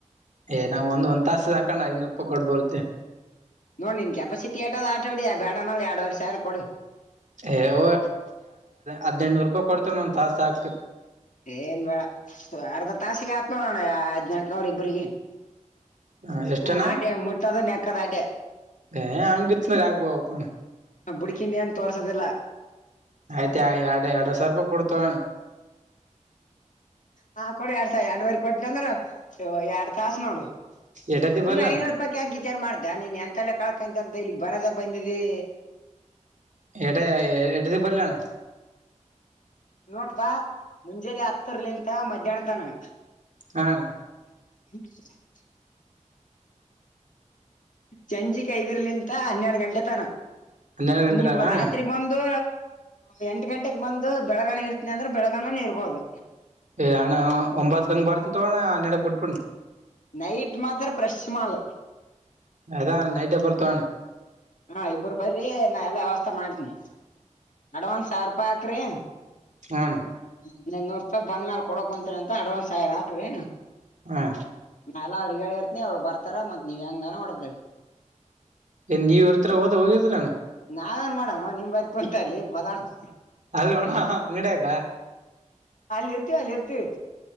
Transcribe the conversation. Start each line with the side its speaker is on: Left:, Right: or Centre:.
Right: ಏ ನಂಗ ಒಂದ್ ಒಂದತಾಸ ಹಾಕನ್ನ ಐನೂರು ರಪಾಯಿ ಕೊಡ್ ಬರುತೀವಿ.
Left: ನೋಡ್ ನಿನ್ ಕೆಪಾಸಿಟಿ ಏಟ್ಟಾದ್ ಆಟವಾಡಿ ಬೇಡಾನ ಎರವರೆ ಸರ ಕೊಡು.
Right: ಏಯ್ ಹೋಗ್ ಹದ್ನಂಟನೂರು ರೂಪಾಯಿ ಕೊಡ್ತ ಒಂದ್ ತಾಸ ಹಾಕ್.
Left: ಏನ್ ಬೇಡ ಅರ್ಧ ತಾಸಿಗೆ ಆತ್ ನೋಡೋಣ ಹದ್ನೆನೆಂಟ ನೂರ ಇಬ್ರಿಗೆ.
Right: ಹ ಎಷ್ಟನ
Left: ಮಾಡ ಮುಟ್ಟತಾದು ನೆಎಕದ ಆಟೆ.
Right: ಏ ಹಂಗಿತ್ಂದ್ರ ಆಗ್ಬೋಣ
Left: ಬುಡಕ್ ಇನ್ನೆನ್ ತೋರ್ಸದಿಲ್ಲ.
Right: ಆಯ್ತ ಆ ಎರಡು ಎರಡ್ ಸಾವರ ರೂಪಾಯಿ ಕೊಡ್ತ
Left: ಹಾ ಕೊಡಿ ಎರಡ್ ಸಾವಿ ಎರಡ್ವರೆ ಕೊಟ್ಟನ ಅಂದ್ರ ಎರಡ್ ತಾಸ ನೋಡು
Right: ಎಟತಿ
Left: ಸುಮ್ನೆ
Right: ಬರ್ಲಣ
Left: ಐನೂರು ಪ ಕಾಕ ವಿಚಾರ್ ಮಾಡ್ದ ನೀನ್ ಎಂತಲ್ಲ ಕಳ್ಕಂತ ಅಂತ ಇಲ್ಲಿ ಬರದ ಬಂದಿದ್ದಿ.
Right: ಎಡ ಎಡ ದ ಬರಲಣ.
Left: ನೋಡ್ಪಾ ಮುಂಜಾನೆ ಹತ್ತರ್ಲಿಂತ ಮಧ್ಯಾಹ್ನ ತನ.
Right: ಹಾಣ.
Left: <inaudible> ಸಂಜಿಕ್ ಐದರ್ಲಿಂತ ಹನ್ನೆರಡು ಗಂಟೆ ತಾನ.
Right: ಹನ್ನೆರಡು ಗಂಟೆ
Left: ನಿಮ್ಮ
Right: ತ ಅಣ್ಣ
Left: ರಾತ್ರಿ ಬಂದು ಎಂಟು ಗಂಟೆಗೆ ಬಂದು ಬೆಳಗಾನ ಇರ್ತನಿ ಅಂದ್ರೆ ಬೆಳಗನನ ಇರ್ಬೋದು.
Right: ಏ ಅಣ್ಣ ಒಂಬತ್ಕಂಗ್ ಬರ್ತನ್ ತೋಣ್ಣ ನನ್ನಡಗ್ ಬಿುಟ್ಬಣ.
Left: ನೈಟ್ ಮಾತ್ರ ಪ್ರ್ರೆಶ್ ಮಾಲ್.
Right: ಅದಾ ನೈಟೇ ಬರ್ತವಣ್ಣ.
Left: ಹಾ ಇಬರು ಬರಿ ನಾ ಎಲ್ಲ ವ್ಯವಸ್ಥೆ ಮಾಡ್ತೀನಿ ಅಡ್ವಾನ್ಸ್ ಸಾವಿರ ರೂಪಾಯಿ ಹಾಕ್ರಿ.
Right: ಹ ಅಣ್ಣ.
Left: ಹದಿನೈದ್ ನೂರು ರೂಪಾಯಿ ಬಂದ ಮೇಾಲ ಕೊಕಕ್ ಬಂತೀರ ಅಂತ ಅಡ್ವಾನ್ಸ್ ಆಕ್ರಿ‌.
Right: ಹಾ
Left: ನಾ ಎಲ್ಲ ಅವ್ರರು ಹೇಳಿರ್ತನಿ ಅವ್ರು ಬರ್ತಾರ ಮತ್ ನೀ್ ಹೆಂಗನ ಹೊಡಕ್ರರಿ.
Right: ಏನ್ ನೀವ್ ಇರ್ತರ ಹೋದ ಹೋಗಿದ್ರಣ್ಣ
Left: ನಾನೇನ್ ಮಾಡಮ್ಮ ನಿಮ್ ಬದಕ ಕುಟ ಇಲ್ಲಿ ಬದಾಡ್ತ
Right: ಅಲ್ಲೋಣ ಅಂಗ್ಡೀಗ.
Left: ಅಲ್ಲಿ ಇರ್ತಿವಿ ಅಲ್ಲಿ ಇರ್ತಿವಿ